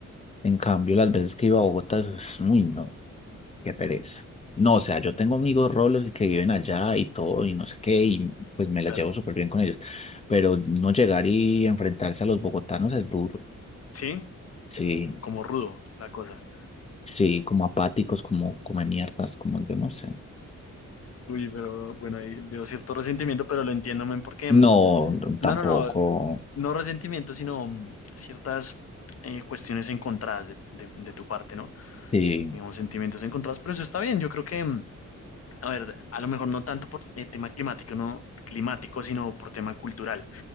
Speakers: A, on the left; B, on the left.
A: En cambio, las veces que iba a Bogotá, eso es, uy, no, qué pereza. No, o sea, yo tengo amigos rolos y que viven allá y todo y no sé qué, y pues me la
B: Claro.
A: llevo súper bien con ellos. Pero no llegar y enfrentarse a los bogotanos es duro.
B: Sí,
A: Sí,
B: como rudo la cosa.
A: sí, como apáticos, como come mierdas, como yo no sé.
B: Uy, pero bueno, ahí veo cierto resentimiento, pero lo entiendo, men, porque... mm,
A: No, no, tampoco.
B: No, no, no, no resentimiento, sino mm, ciertas eh, cuestiones encontradas de, de- de tu parte, ¿no?
A: Sí,
B: Digamos, sentimientos encontrados, pero eso está bien. Yo creo que mm, a ver, a lo mejor no tanto por eh, tema climático, no climático, sino por tema cultural.